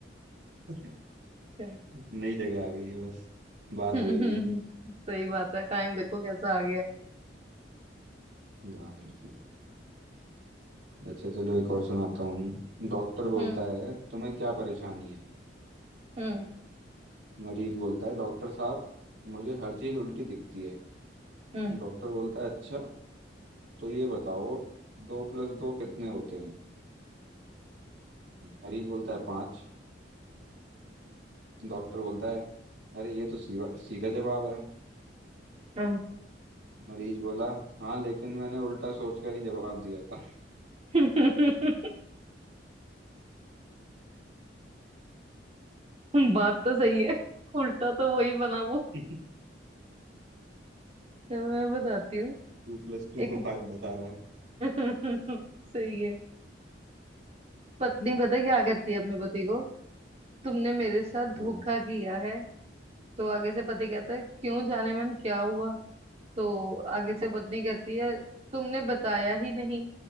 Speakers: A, on the right; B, on the right.
A: <laughs>
B: क्या? <laughs>
A: नई जगह आ गई है बस बात
B: हम्म,
A: वही है
B: सही बात है टाइम देखो कैसा आ गया है
A: हाँ बिल्कुल अच्छा चलो एक और सुनाता हूँ डॉक्टर बोलता
B: हम्म
A: है तुम्हें क्या परेशानी है
B: हम्म
A: मरीज बोलता है डॉक्टर साहब मुझे हर चीज उल्टी दिखती है
B: हम्म
A: डॉक्टर बोलता है अच्छा तो ये बताओ दो प्लस दो कितने होते हैं मरीज बोलता है पाँच डॉक्टर बोलता है अरे ये तो सीधा सीधा जवाब है
B: हम्म,
A: मरीज बोला हाँ लेकिन मैंने उल्टा सोच कर ही जवाब दिया था
B: <laughs> हम्म। बात तो सही है उल्टा तो वही बना वो
A: <laughs>
B: चलो मैं बताती हूँ
A: टू प्लस टू
B: एक
A: को
B: ब-
A: फाइव बता रहा है
B: <laughs> सही है पत्नी पता है क्या कहती है अपने पति को तुमने मेरे साथ
A: हाँ
B: धोखा किया है तो आगे से पति कहता है क्यों जाने मन क्या हुआ तो आगे से पत्नी कहती है तुमने बताया ही नहीं